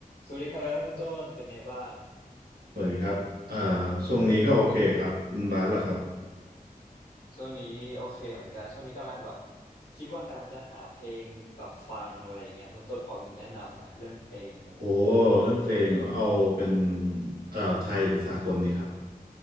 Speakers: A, on the left; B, on the right.
A: สวัสดีครับคุณต้นเป็นไงบ้าง
B: สวัสดีครับอ่าช่วงนี้ก็โอเคครับ คุณบาสล่ะครับ
A: ช่วงนี้โอเคเหมือนกันช่วงนี้กำลังแบบคิดว่ากำลังจะหาเพลงแบบฟังอะไรอย่างเงี้ยคุณต้นพอมีแนะนำไหมเรื่องเพลงอะไรเงี้ย
B: โอ้เรื่องเพลงเหรอเอาเป็นเอ่อไทยหรือสากลดีครับ